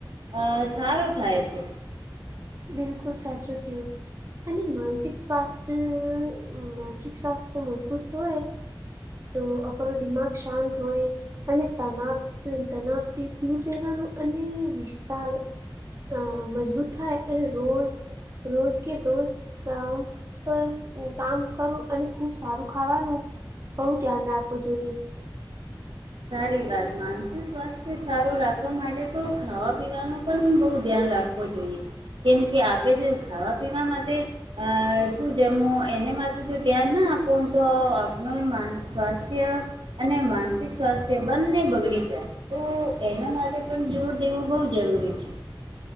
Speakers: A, on the right (about 80°); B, on the right (about 40°).
A: અ સારું થાય છે.
B: બિલકુલ સાચું ક્યો અને માનસિક સ્વાસ્થ્ય માનસિક સ્વાસ્થ્ય મજબૂત હોય. તો અપરો દિમાઞ શાંત હોય. અને તનાવ-તનાવથી દૂર રહેવાનું અને રિશ્તા અ મજબૂત થાય અને રોજ રોજ કે રોજ કામ પણ કામ કરું અને ખુબ સારું ખાવાનું બહુ ધ્યાન રાખવું જોઈએ.
A: સારી વાત. માનસિક સ્વાસ્થ્ય સારું રાખવા માટે તો ખાવા પીવાનું પણ બહુ ધ્યાન રાખું. આપવો જોઈએ કેમ કે આપે જે ખાવા પીવા માટે અ શું જમો એને માટે જો ધ્યાન ના આપો તો આપણું માન સ્વાસ્થ્ય અને માનસિક સ્વાસ્થ્ય બંને બગડી જાય તો એના માટે પણ જોર દેવું બહુ જરૂરી છે